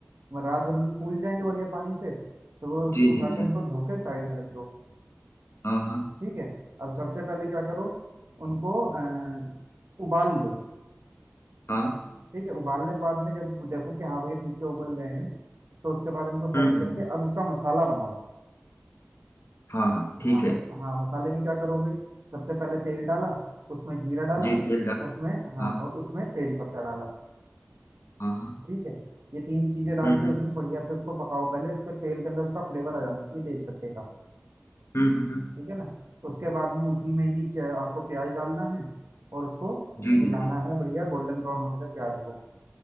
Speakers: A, on the right (about 85°); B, on the left (about 75°).
A: वह रात भर में फूल जाएंगे बढ़िया पानी से तो वो
B: जी
A: उठाकर
B: जी जी
A: उनको धो के साइड में रख दो
B: हाँ हाँ
A: ठीक है अब सबसे पहले क्या करो उनको अ, उबाल लो
B: हाँ
A: ठीक है उबालने के बाद में जब देखो कि हाँ भैया ठीक से उबल गए हैं तो उसके बाद इनको साइड
B: हम्म हम्म
A: करके
B: हम्म,
A: अब उसका मसाला बनाओ
B: हाँ हाँ ठीक
A: हाँ
B: है
A: मस, हाँ मसाले में क्या करोगे सबसे पहले तेल डाला उसमें जीरा डाला
B: जी तेल डाल
A: और उसमें हाँ
B: हाँ
A: और उसमें तेज पत्ता डाला
B: हाँ हाँ
A: ठीक है ये तीन चीजें डाल
B: हम्म
A: के उसमें
B: हम्म
A: बढ़िया से उसको पकाओ पहले उसके तेल के अंदर उसका फ्लेवर आ जाना चाहिए तेज पत्ते का
B: हम्म हम्म हम्म,
A: ठीक है ना उसके बाद में उसी में ही च- आपको प्याज डालना है और उसको
B: जी
A: हिलाना
B: जी जी
A: है बढ़िया गोल्डन ब्राउन होने तक प्याज को